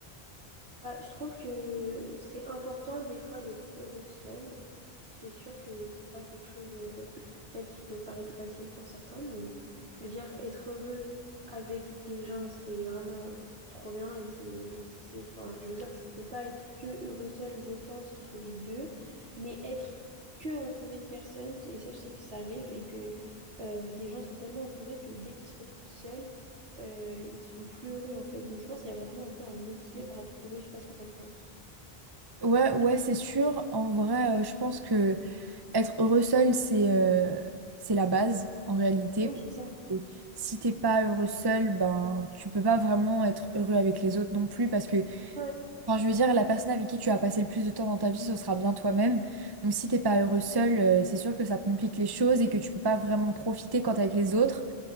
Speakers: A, on the right; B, on the right.
A: Bah, je trouve que c'est important des fois d'être heureux seul. C'est sûr que c'est pas quelque chose euh, peut-être qui peut paraître facile pour certains, mais je veux dire, être heureux avec des gens, c'est vraiment trop bien et c'est, c'est, enfin, je veux dire, tu peux pas être que heureux seul, je pense qu'il faut des deux, mais être que entouré de personnes, et ça, je sais que ça arrive et que euh, des gens sont tellement entourés que dès qu'ils se retrouvent seuls, euh, ils ne sont plus heureux en fait. Donc je pense qu'il y a vraiment un peu un équilibre à trouver. Je sais pas ce que tu en penses.
B: Ouais, ouais, c'est sûr. En vrai, euh, je pense que être heureux seul, c'est euh, c'est la base en réalité.
A: Oui,
B: parce
A: c'est ça.
B: que Si t'es pas heureux seul, ben tu peux pas vraiment être heureux avec les autres non plus parce que
A: Ouais,
B: Enfin, je veux dire, la personne avec qui tu as passé le plus de temps dans ta vie, ce sera bien toi-même. Donc, si t'es pas heureux seul, euh, c'est sûr que ça complique les choses et que tu peux pas vraiment profiter quand t'es avec les autres.